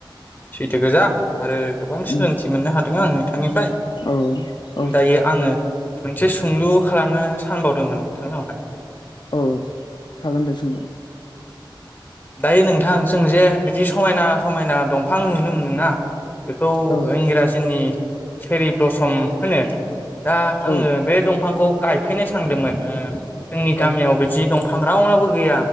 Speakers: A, on the left (about 25°); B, on the left (about 60°).
A: सैथो गोजा आरो गोबां सोलोंथि
B: उम
A: मोननो हादों आं नोंथांनिफ्राय
B: औ औ
A: दायो आङो मोनसे सुंलु खालामनो सानबावदोंमोन नोंथांनावहाय
B: औ हागोन दे सोंनो
A: दायो नोंथां जों जे बिदि समायना-समायना दंफां नुनो मोना बेखौ
B: औ
A: इंराजिनि फेरि प्रसम होनो। दा आङो
B: औ
A: बे दंफांखौ गायफैनो सानदोंमोन ओ जोंनि
B: औ
A: गामियाव बिदि दंफां राव नाव बो गैय